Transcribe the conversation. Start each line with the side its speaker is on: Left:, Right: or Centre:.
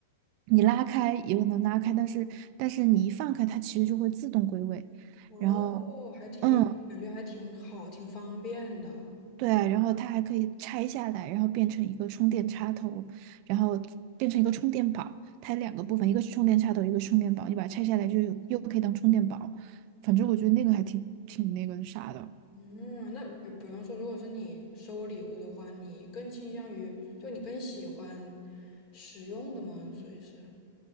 Right: 你拉开也有能拉开，但是但是你一放开它其实就会自动归位，
Left: 哦，
Right: 然后
Left: 还挺有感觉，
Right: 嗯
Left: 还挺好，挺方便的。
Right: 对啊，然后它还可以拆下来，然后变成一个充电插头，然后变成一个充电宝，它有两个部分，一个是充电插头，一个是充电宝，你把它拆下来就有又可以当充电宝，反正我觉得那个还挺挺那个啥的。
Left: 嗯，那比比方说，如果是你收礼物的话，你更倾向于就你更喜欢实用的吗？所以是，